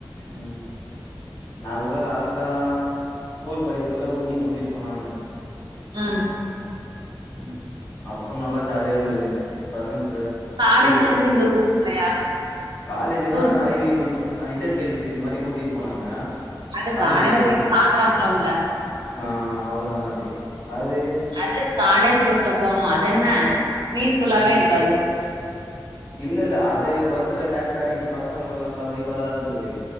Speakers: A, on the left (about 35°); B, on the right (about 70°).
A: ம் ந கூட லாஸ்டா ஸ்கூல் படிக்க சொல்ல ஊட்டி கூட்டிட்டு போனானுங்க
B: ம்
A: ம் அப்போ நல்லா ஜாலியா இருந்தது பசங்க கூட
B: காலேஜ்ல
A: ஸ்கூல் பசங்க
B: இருந்து இங்க
A: கூட
B: கூட்டு போலயா
A: காலேஜினா
B: டூர்
A: ஐ பி கூட் இண்டஸ்ட்ரியல் விஷட் மாரி கூட்டிட்டு போனாங்க
B: அது
A: காலேஜ்
B: காலையில
A: பஸ்
B: போயிட்டு
A: வச்சு
B: சாயந்தரோ வந்துருவோம்ல
A: ஆ அவ்ளோ தா அதி அது
B: அது காலேஜ் பஸ்ல போனோ அதென்ன பீஸ்புல்லாவே
A: ம்
B: இருக்காது
A: இல்ல இல்ல அது பஸ்ல டான்ஸ் ஆடிக்கிட்டு பசங்களோட எல்லா நல்லா வைபா தா இருந்தது